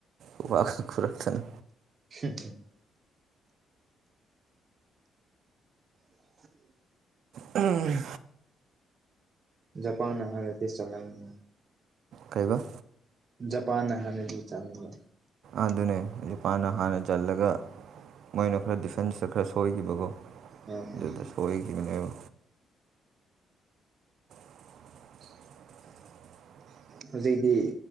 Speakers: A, on the right (about 70°); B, on the right (about 45°).
A: ꯎ ꯋꯥ ꯐꯨꯔꯛꯛꯇꯅ
B: ꯎꯝ <unintelligible>
A: ꯎꯝ
B: ꯖꯄꯥꯟ ꯍꯥꯏꯍꯗꯤ ꯆꯂꯅ
A: ꯀꯩꯕ
B: ꯑ ꯄꯅ ꯍꯅꯤꯗꯨ ꯆꯗ
A: ꯑꯗꯨ ꯑꯗꯨꯅꯦ ꯍꯧꯖꯤꯛꯄꯥꯥꯟꯅ ꯍꯥꯟꯅ ꯆꯜꯂꯒ ꯃꯣꯏꯅ ꯈꯔ ꯗꯤꯐꯦꯟꯁꯇ ꯈꯔ ꯁꯣꯏꯈꯤꯕꯀꯣ
B: ꯍꯣꯏ ꯍꯣꯏ
A: ꯑꯗꯨꯗ ꯁꯣꯏꯒꯤꯃꯤꯅꯦꯕ <unintelligible>
B: ꯍꯧꯖꯤꯛꯇꯤ